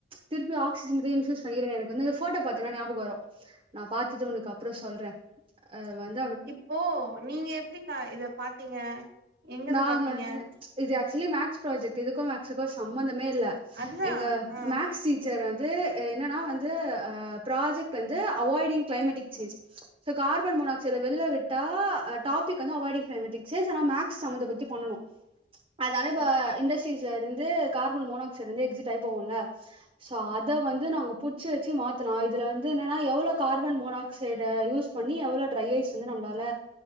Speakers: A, on the right; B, on the right.
A: திருப்பி ஆக்சிஜன்து இன்ஃபியூஸ் பண்ணி இருங்க எனக்கு வந்து ஃபோட்டோ பாத்தன்னா ஞாபகோ வரு நா பாத்துட்டு உனக்கு அப்றோ சொல்றே ஆ வந்
B: இப்போ நீங்க எப்டிக்கா இத பாத்தீங்க எங்கெருந்து
A: நாங்க
B: பாத்தீங்க
A: வந்து இது ஆக்சுவலி மேக்ஸ் ப்ராஜெக்ட் இதுக்கு மேக்ஸ்க்கு சம்மந்தமே இல்ல
B: அதுதா
A: எங்க
B: ஆ
A: மேக்ஸ் டீ ச்சர் வந்து என்னன்னா வந்து ஆ ப்ராஜெக்ட் வந்து avoiding climatic change so carbon மோனாக்சைட வெள்ல விட்டா ஆ டாபிக் வந்து அவாய்டிங் கிளைமெட்டிக் சேஞ்ச் ஆனா மே சம்பந்த படுத்தி பண்ணணு அதனால இப்ப
B: செரி
A: இண்டஸ்ட் திச இருந்த கார்பன் மோனாக்சைடு வந்து எக்ஸிட் ஆயி போவுல்ல சா அத வந்து நாங்க புட்சு வச்சு மாத்தலா இதுல வந்து என்னன்னா எவ்ளோ கார்பன் மோனாக்சைட யூஸ் பண்ணி எவ்ளோ ட்ரை ஐஸ் வந்து நம்பளால